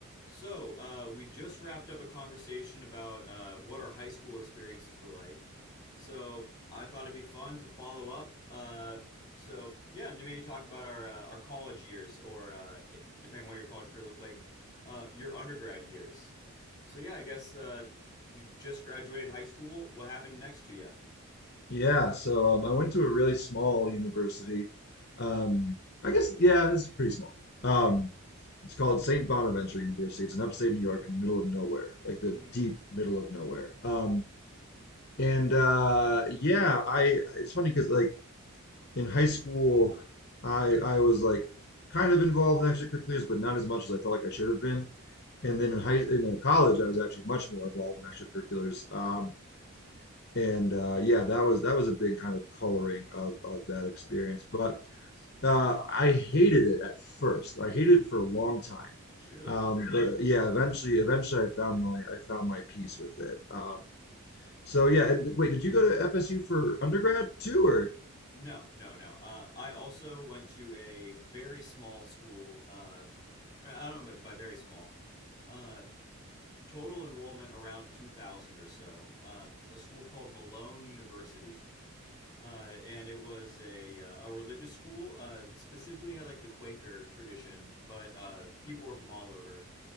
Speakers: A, on the left; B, on the left.
A: So, uh, we just wrapped up a conversation about uh, what our high school experiences were like. So, I thought it'd be fun to follow up. Uh, so, yeah, and maybe talk about our uh, our college years, or uh, depending on what your college career looked like, uh, your undergrad years. So, yeah, I guess uh, you just graduated high school. What happened next to you?
B: Yeah, so um, I went to a really small university. Um, I guess, yeah, it's pretty small. Um, it's called St. Bonaventure University. It's in upstate New York in the middle of nowhere, like the
A: hmm
B: deep middle of nowhere. Um, and uh, yeah, I it's funny because like in high school, I I was like kind of involved in extracurriculars, but not as much as I felt like I should have been. And then in high in uh, college, I was actually much more involved in extracurriculars. Um, and uh, yeah, that was that was a big kind of coloring of of that experience. But uh, I hated it at first. I hated it for a long time.
A: Really?
B: Um, Really? but yeah, eventually, eventually, I found my I found my peace with it. Um, so yeah, and wait, did you go to FSU for undergrad too, or?
A: No, no, no. Uh, I also went to a very small school. Uh, I don't know by, by very small. Uh, total enrollment around 2000 or so. Uh, a school called Malone University, uh, and it was a uh, a religious school. Uh, specifically, had like the Quaker tradition, but uh, people were from all over,